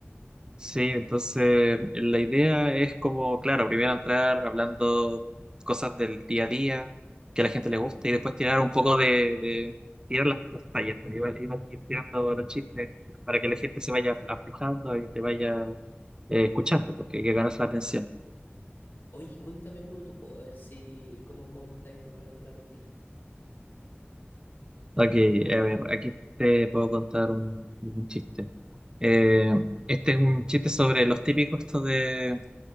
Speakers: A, on the right; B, on the left.
A: Sí, entonces la idea es como, claro, primero entrar hablando cosas del día a día que a la gente
B: Claro.
A: le gusta y después tirar un poco de, de tirar las, las tallas, pues, iba- iba- ir tirando los chistes para que la gente se vaya aflojando y te vaya eh, escuchando, porque hay que ganarse la atención.
B: Oye, cuéntame uno tú, po, a ver si, cómo, cómo estáis preparando la rutina,
A: Ok, a ver, aquí te puedo contar un, un chiste. Eh, este es un chiste sobre los típicos estos de,